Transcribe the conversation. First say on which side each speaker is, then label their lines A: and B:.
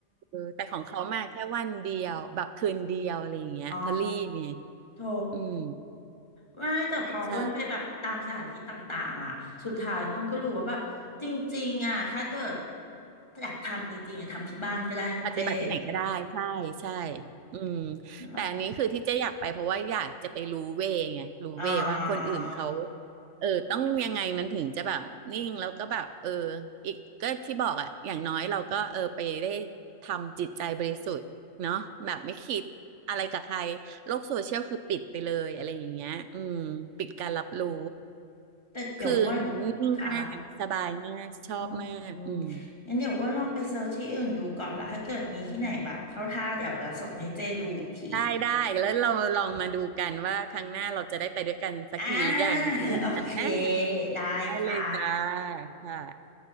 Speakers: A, on the right; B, on the left.
A: เออแต่ของเขามาแค่วันเดียวแบบคืนเดียวอะไรอย่างเงี้ยพอลลี่เนี่ย
B: อ๋อโถ
A: อืม
B: ไม่แต่พออ้วนไปแบบตามสถานที่ต่างๆอ่ะสุดท้ายอ้วนก็รู้ว่าแบบจริงๆอ่ะถ้าเกิด
A: ใช่
B: อยากทำจริงๆอ่ะทำที่บ้านก็ได้นะเจ๊
A: ปฏิบัติที่ไหนก็ได้ใช่ใช่
B: อืม
A: อืม
B: นั่นแหละ
A: แต่อันนี้คือที่เจ๊อยากไปเพราะว่าอยากจะไปรู้เวไงรู้เวว่าคนอื่นเขา
B: อ่า
A: เออต้องยังไงมันถึงจะแบบนิ่งแล้วก็แบบเอออีกก็ที่บอกอะอย่างน้อยเราก็เออไปได้ทำจิตใจบริสุทธิ์เนาะแบบไม่คิดอะไรกับใครโลกโซเชียลคือปิดไปเลยอะไรอย่างเงี้ยอืมปิดการรับรู้
B: แต่เดี๋ยวอ้วน
A: คือนิ่งมากสบายมากชอบมากอืม
B: ค่ะอืมงั้นเดี๋ยวอ้วนลองไปเซิร์ชที่อื่นดูก่อนละถ้าเกิดมีที่ไหนแบบเข้าท่าเดี๋ยวจะส่งให้เจ๊ดูอีกที
A: ได้ได้แล้วเราลองมาดูกันว่าครั้งหน้าเราจะได้ไปด้วยกันสักทีหรือยังอะไรอย่างเงี้ยอ่า
B: อ่า <laughs> โอเคได้ค่ะ
A: ได้เลยจ้าค่ะ